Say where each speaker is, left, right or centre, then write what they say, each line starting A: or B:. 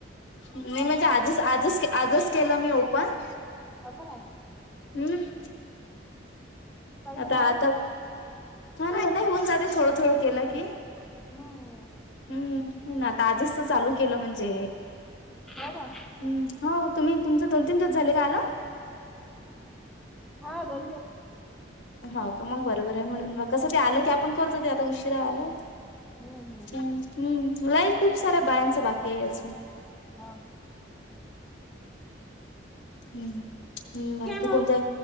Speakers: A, on the left; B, in the centre.
A: नाही म्हणजे आजच आजच आजच केलं मी ओपन
B: मग असं नाही
A: हम्म! <inaudible>
B: काही नाही
A: आता
B: हो
A: आता ह ना नाही होऊन जाते थोडं थोडं केलं की
B: हो
A: हम्म ना आता आजच तर चालू केलं म्हणजे
B: हो का
A: हम् हो. तुम्ही तुमच दोन तीन दिवस झाले का आला.
B: हा दो.
A: हो का मग बरोबर आहे म्हणून म कसं ते आलं की आपण करतो ते आता उशिरा आलं.
B: हम्म हम्म
A: हम् हम्म मलाही खूप साऱ्या बायांच बाकी आहेजून.
B: हा.
A: हम् हम् बाकी
B: मग
A: कोणत्या